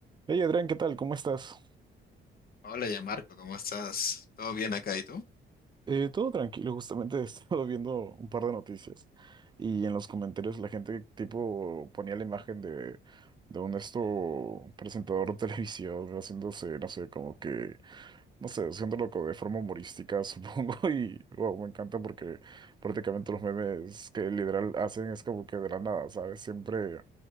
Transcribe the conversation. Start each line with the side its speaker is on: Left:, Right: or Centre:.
Right: Hey Adrián, ¿qué tal? ¿Cómo estás?
Left: Hola, ya Marco, ¿cómo estás? ¿Todo bien acá y tú?
Right: Eh, todo tranquilo, justamente he estado <laughs> viendo un par de noticias y en los comentarios la gente tipo ponía la imagen de, de un esto presentador de televisión haciéndose, no sé, como que, no sé, haciéndolo como de forma humorística, <laughs> supongo, y wow, me encanta porque prácticamente los memes que literal hacen es como que de la nada, ¿sabes? Siempre...